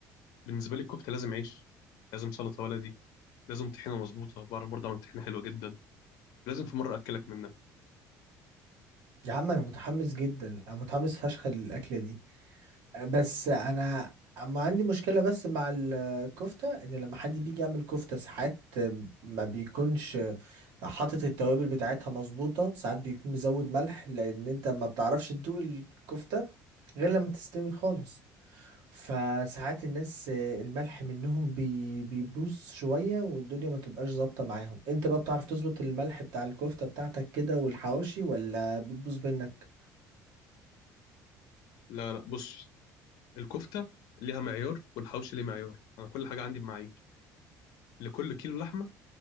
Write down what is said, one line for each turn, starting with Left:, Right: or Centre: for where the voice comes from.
Left: بالنسبه لي الكفته لازم عيش لازم سلطه بلدي لازم طحينه مظبوطه بعرف برضه اعمل طحينه حلوه جدا لازم في مره اكلك منها
Right: يا عم انا متحمس جدا انا متحمس فشخ للاكلة دي بس انا اما عندي مشكلة بس مع الكفتة ان لما حد بيجي يعمل كفتة ساعات ما بيكونش حاطط التوابل بتاعتها مظبوطة ساعات بيكون مزود ملح لان انت ما بتعرفش تدوق الكفتة غير لما تستوي خالص فساعات الناس الملح منهم بي بيبوظ شوية والدنيا ما تبقاش ظابطة معاهم انت بقى بتعرف تظبط الملح بتاع الكفتة بتاعتك كده والحواوشي ولا بتبوظ منك
Left: لا لا بص الكفته ليها معيار والحوشي ليه معيار انا كل حاجه عندي بمعايير لكل كيلو لحمه